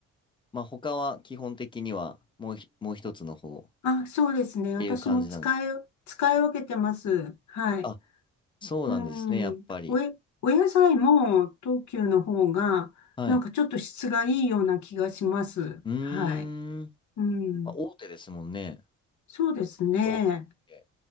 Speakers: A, on the left; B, on the left.
A: まあ他は基本的にはもうひ、もう一つの方っ
B: あ、そうですね。
A: ていう感じなんです。
B: 私も使い、使い分けてます。はい。
A: あ、そうなんですね、
B: うん。
A: やっぱり。
B: おえ、お野菜も東急の方が、
A: はい。
B: なんかちょっと質がいいような気がします。
A: うーん。
B: はい。
A: まあ、
B: うん。
A: 大手ですもんね。
B: そうですね。
A: 等級系。